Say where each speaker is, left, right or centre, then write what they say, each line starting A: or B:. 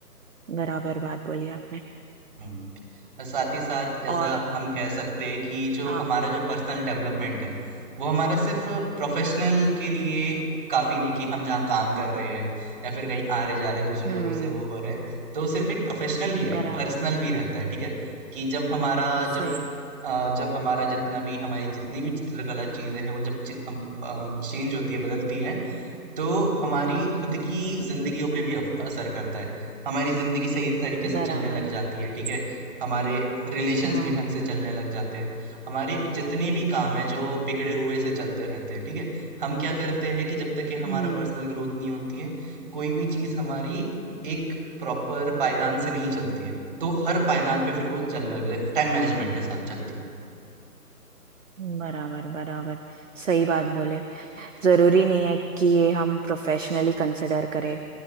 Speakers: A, on the right (about 50°); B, on the right (about 35°).
A: बराबर बात बोली आपने
B: हम्म। और साथ ही साथ जैसा
A: और
B: हम कह सकते हैं कि जो
A: हाँ
B: हमारा जो पर्सनल डेवलपमेंट है वो हमारा सिर्फ प्रोफेशनल के लिए काफ़ी नहीं है कि हम जहाँ काम कर रहे हैं या फिर कहीं आ रहे जा रहे दूसरे
A: हम्म
B: लोगों से वो हो रहे हैं तो सिर्फ एक प्रोफेशनल नहीं है
A: बराबर
B: एक पर्सनल भी रहता है ठीक है कि जब हमारा
A: सही
B: जब अ, जब हमारा जितना भी हमारी जितनी भी चित्रकला चीज़ें हैं वो जब चेंज होती है बदलती है तो हमारी खुद की जिंदगियों पे भी अफ- असर करता है हमारी जिंदगी सही तरीके से
A: बराबर
B: चलने लग जाती है ठीक है हमारे रिलेशंस
A: हाँ
B: भी ढंग से चलने लग जाते हैं हमारे जितने भी काम है जो बिगड़े हुए से चलते रहते हैं ठीक है हम क्या करते हैं कि जब तक कि हमारा
A: हम्म
B: पर्सनल ग्रोथ नहीं होती है कोई भी चीज हमारी एक प्रॉपर पायदान से नहीं चलती है तो हर पायदान पे फिर वो चलने लग जाए टाइम मैनेजमेंट के साथ चलती है
A: बराबर बराबर सही बात बोले जरूरी नहीं है कि ये हम प्रोफेशनली कंसिडर करें